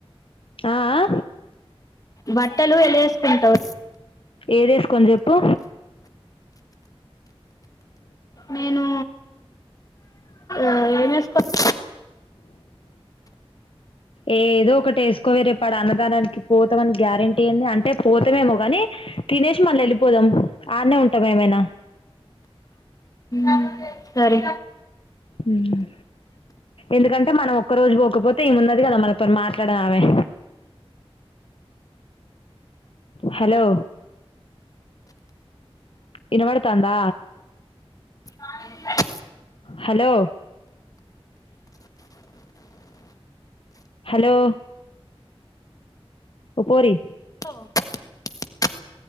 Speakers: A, on the left; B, on the left.
A: ఆ ఆ.
B: బట్టలు ఎలే వేసుకుంటావు
A: ఏది వేసుకొని చెప్పు
B: నేను ఆ ఏమ్ ఎస్ వచ్
A: ఏ ఏదో ఒకటి ఎస్ కోవే రేప్ పల అన్నదానానికి పోతామని గ్యారెంటీ ఏంది అంటే పోతామేమో కాని తినేసి మళ్ళీ వెళ్ళిపోదాం అన్నే ఉంటాం ఏమైనా
B: అమ్మ సరే
A: ఉమ్ ఎందుకంటే మనం ఒక్క రోజు పోకపోతే ఏమున్నది కదా మనతో మాట్లాడనామే హలో ఇనబడతందా
B: <inaudible> <unintelligible>
A: హలో హలో ఒ పోరి
B: పో <unintelligible>